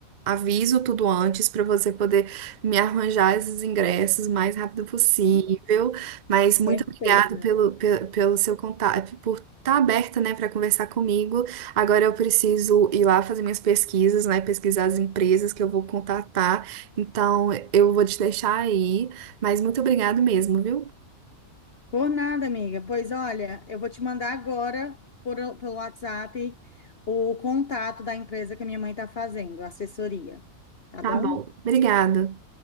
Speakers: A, on the right (about 50°); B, on the left (about 45°).
A: aviso tudo antes para você poder me arranjar esses ingressos o mais rápido possível.
B: Hum,
A: Mas
B: Certeza.
A: muito obrigado pelo, pe- pelo, seu contato, por estar aberta, né, para conversar comigo. Agora eu preciso ir lá fazer minhas pesquisas, né, pesquisar as empresas que eu vou contatar. Então eu vou te deixar aí, mas muito obrigado mesmo, viu?
B: Por nada, amiga. Pois olha, eu vou te mandar agora por, pelo WhatsApp o contato da empresa que a minha mãe está fazendo, a assessoria. Tá
A: Tá
B: bom?
A: bom, obrigada.